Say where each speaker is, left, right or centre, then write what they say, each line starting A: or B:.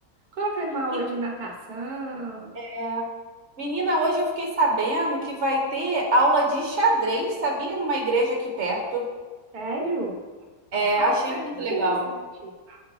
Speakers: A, on the right; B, on the right.
A: Coloquei uma aula
B: E-
A: de natação.
B: É. Menina, hoje eu fiquei sabendo que vai ter aula de xadrez, sabia? Numa igreja aqui perto.
A: Sério?
B: É,
A: Nossa,
B: achei muito
A: que interessante.
B: legal.